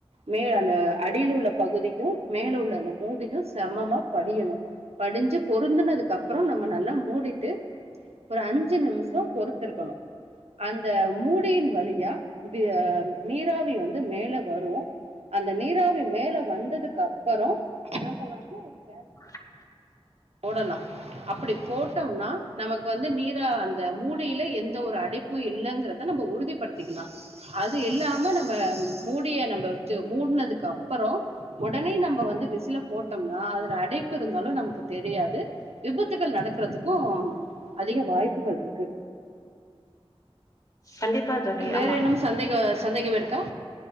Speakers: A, on the right; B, on the left.
A: மே அந்த அடியில உள்ள பகுதியு மேல உள்ள அந்த மூடியு சமமா படியணு படிஞ்சு பொருந்தனதுக்கு அப்புறோ நம்ம நல்லா மூடிட்டு ஒரு அஞ்சு நிமிஷோ பொறுத்திருக்கணு அந்த மூடியின் வழியா வி ஆ ம் நீராவி வந்து மேல வரு அந்த நீராவி மேல வந்ததுக்கு அப்பறோ நம்ம வந்து கே
B: <unintelligible>
A: போடலா அப்படி போட்டோம்னா நமக்கு வந்து நீரா அந்த மூடியில எந்த ஒரு அடைப்பு இல்லேங்கறத நம்ப உறுதிப்படுத்திக்கலா அது இல்லாம நம்ம ம் மூடிய நம்ப இது மூடுனதுக்கு அப்பறோ உடனே நம்ப வந்து விசில போட்டோம்னா அதுல அடைப்பு இருந்தாலு நமக்கு தெரியாது விபத்துகள் நடக்கிறதுக்கு அதிக வாய்ப்புகள் இருக்கு
B: கண்டிப்பா தோழி
A: இது வேற
B: ஆமா
A: இன்னுமு சந்தேக சந்தேகம் இருக்கா